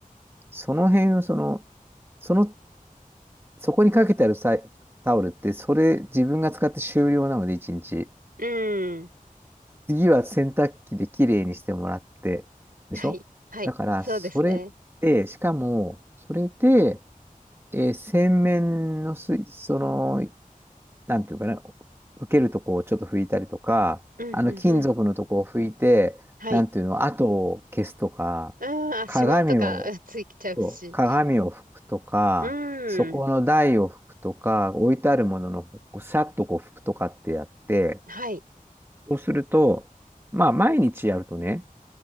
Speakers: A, on the right; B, on the right.
A: その辺をその、その、そこにかけてあるさタオルって、それ自分が使って終了なので、一日。
B: うん。
A: 次は洗濯機できれいにしてもらって、でしょだから、
B: はい。はい。そうですね。
A: それで、しかも、それで、えー洗面の水、その、なんていうかな、受けるとこをちょっと拭いたりとか、
B: うん、
A: あの金属のとこを拭いて、
B: うん、うん。はい。
A: なんていうの、跡を消すとか、
B: うん、あ、
A: 鏡を、
B: 指紋とかうんついちゃうし。
A: そう鏡を拭くとか、
B: う
A: そこの台を拭くとか、
B: ん。
A: 置いてあるものの、こうさっとこう拭くとかってやって、
B: はい。
A: そうすると、まあ毎日やるとね、